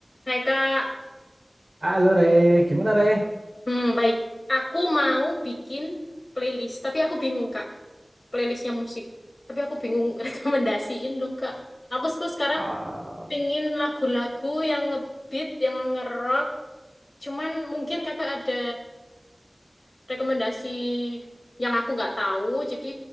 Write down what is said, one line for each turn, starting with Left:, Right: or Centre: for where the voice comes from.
Left: Hai Kak,
Right: Halo Re, gimana Re?
Left: hmm, baik. Aku mau bikin playlist, tapi aku bingung Kak, playlistnya musik. Tapi aku bingung <laughs> rekomendasiin dong Kak. Aku suka sekarang
Right: Ah,
Left: pingin lagu-lagu yang ngebeat, yang ngerock. Cuman mungkin Kakak ada mm, rekomendasi yang aku nggak tahu. Jadi